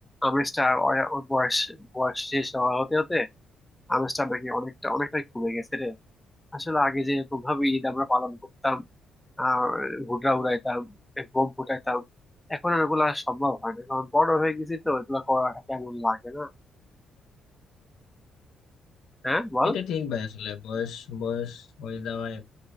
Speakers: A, in the centre; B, on the left.
A: আমেজটা ওর ওর বয়স বয়স শেষ হওয়া হতে হতে আমেজটা নাকি অনেকটা অনেকটাই কমে গেছে রে আসলে আগে যে এরকম ভাবে ঈদ আমরা পালন করতাম আর ঘুড়া উড়াইতাম এ বোম ফুটাইতাম এখন আর ওগুলা সম্ভব হয় না কারণ বড় হয়ে গেছি তো এগুলা করাটা কেমন লাগে না হ্যাঁ বল
B: এটা ঠিক ভাই আসলে বয়স বয়স হয়ে যাওয়ায়